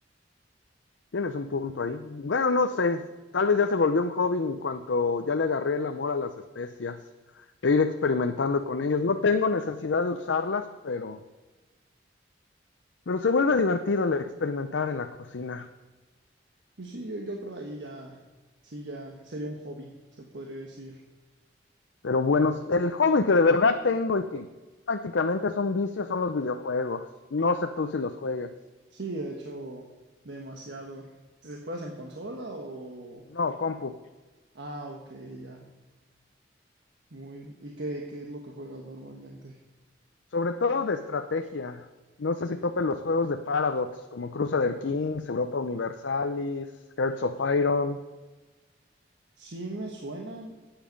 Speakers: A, on the left; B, on the right.
A: Tienes un punto ahí. Bueno, no sé, tal vez ya se volvió un hobby en cuanto ya le agarré el amor a las especias e ir experimentando con ellas. No tengo necesidad de usarlas, pero, pero se vuelve divertido el experimentar en la cocina.
B: Pues sí, yo, yo creo ahí ya, sí, ya sería un hobby, se podría decir.
A: Pero bueno, el hobby que de verdad tengo y que prácticamente es un vicio son los videojuegos. No sé tú si los juegas.
B: Sí, de hecho, demasiado. Eh, ¿Juegas en consola o...?
A: No, compu.
B: Ah, ok, ya. Muy, ¿y qué, qué es lo que juegas normalmente?
A: Sobre todo de estrategia. No sé si topes los juegos de Paradox, como Crusader Kings, Europa Universalis, Hearts of Iron.
B: Sí me suenan,